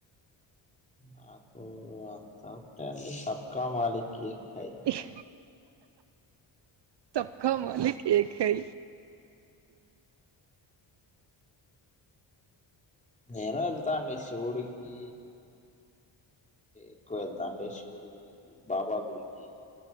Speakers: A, on the left; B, on the right.
A: నాకు అంతా <unintelligible> సబ్కా మాలికకి హై
B: ఇహ్ సబ్కా మాలిక్ కి ఏక్ హై
A: నేను వెళ్తా అండి శివుడికి <inaudible> శివుని గుడికి, బాబా గుడికి